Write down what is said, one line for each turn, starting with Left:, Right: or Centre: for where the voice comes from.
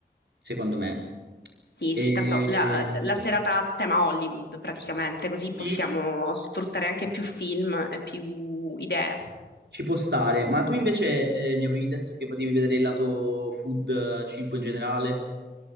Right: secondo me.
Left: Sì,
Right: E,
Left: sì, tanto la, la serata a tema Hollywood praticamente, così possiamo
Right: sì,
Left: sfruttare anche più film e più idee.
Right: ci può stare. Ma tu invece eh, mi avevi detto che potevi vedere il lato food, eh, cibo in generale.